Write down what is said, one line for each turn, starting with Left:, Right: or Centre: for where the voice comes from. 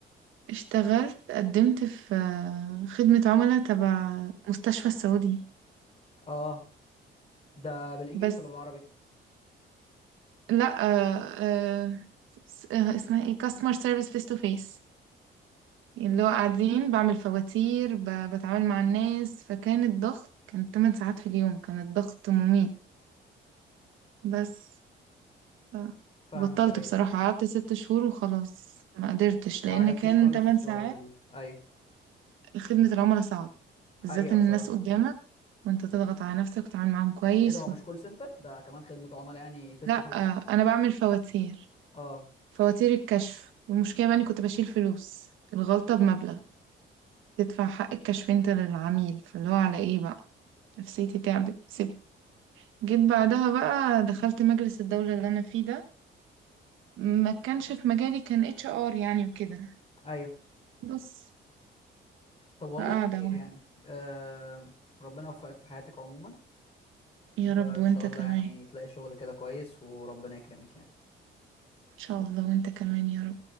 Right: اشتغلت قدمت في آه، خدمة عملاء تبع مستشفى السعودي
Left: اه ده بالانجلش
Right: بس
Left: ولا بالعربي
Right: لا آه، آه، س- آه، اسمها ايه كاستمر سيرفيس فيس تو فيس اللي هو قاعدين بعمل فواتير ب- بتعامل مع الناس فكان الضغط كان 8 ساعات في اليوم كان الضغط مميت بس ف-
Left: فاهمك
Right: بطلت
Left: ايوه
Right: بصراحة قعدت ست شهور وخلاص ما قدرتش
Left: ما
Right: لأن
Left: عجبكيش
Right: كان
Left: خالص
Right: تمن
Left: شغل
Right: ساعات
Left: ال... ايوه
Right: خدمة العملاء صعب
Left: حقيقة
Right: بالذات إن
Left: بصراحة
Right: الناس قدامك وأنت تضغط على نفسك وتتعامل معاهم كويس
Left: ايه ده هو مش
Right: و...
Left: كول سنتر ده كمان خدمة عملاء يعني فيس
Right: لا
Left: تو فيس
Right: آه، أنا بعمل فواتير
Left: اه
Right: فواتير الكشف والمشكلة بقى إني كنت بشيل فلوس الغلطة بمبلغ تدفع حق الكشف أنت للعميل فاللي هو على إيه بقى نفسيتي تعبت سبت جيت بعدها بقى دخلت مجلس الدولة اللي أنا فيه ده ما كانش في مجالي كان اتش ار يعني وكده
Left: ايوه
Right: بس
Left: طب والله
Right: فقاعدة
Left: خير
Right: اهو
Left: يعني آه ربنا يوفقك في حياتك عموما
Right: يا
Left: وان
Right: رب وانت
Left: شاء الله
Right: كمان
Left: يعني تلاقي شغل كده كويس وربنا يكرمك يعني
Right: ان شاء الله وانت كمان يا رب